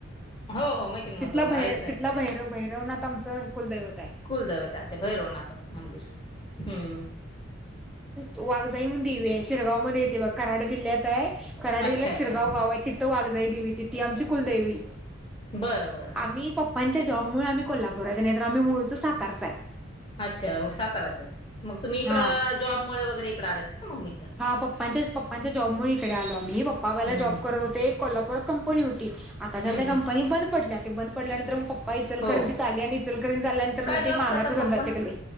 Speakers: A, on the left; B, in the centre.
A: हो हो माहिती ना मसोड
B: तिथला
A: ऐकण्यात
B: तिथला भैर भैरवनाथ आम चं कुलदैवत आहे.
A: कुलदैवत अच्छा भैरवनाथाचं मंदिर हम्म.
B: वाघाईणून देवी आहेिरगाव मध्ये येते ब कराड जिल्ह्यात आहे कराड
A: अच्छा
B: जिल्ह्या शराव
A: अच्छा
B: गाव आहे तिथ वाघा. िथ आमची कुलदेवी
A: बरं बरं
B: आम्ही पप्पांच्या जॉब मु आम्ही को्हापू ब नाहीतर आम्ही मुळीच सातारच आहे.
A: अच्छा साताराचं मग तुम्ही इकडं
B: हा
A: जॉबमुळे वगैरे इकड आलेत ना मग मी
B: हा पप्पच्या पप्पांच्या जॉब मुळे इकडे आलो आम्ही पप्पा वयला
A: हम्म
B: जॉब करत होते कोल्हापूरात कंपनी होती आता झाला
A: हम्म
B: त्या कंपनी
A: हम्म
B: बंद पडल्या ते बंद पडल्यानंतर पप्पा इचलकरंजीित
A: हो
B: आले आणि इचलकरंजित आल्यानंतर
A: काय
B: न ते
A: जॉब
B: मागाचा
A: करतात
B: धंदा
A: पप्पा
B: शिककले.